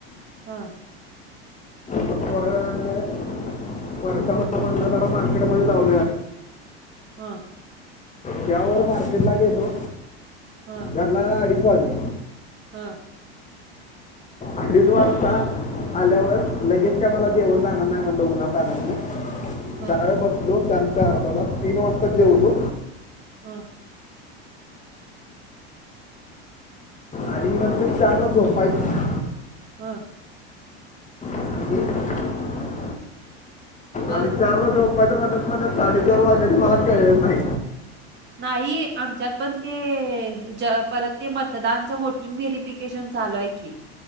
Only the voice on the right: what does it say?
हा
हां
हा
हा
ह
हां
हां
मग
नाही आमच्यात पण ते परत ते मतदानच वोटिंग वरी पिक केशन चालू आहे की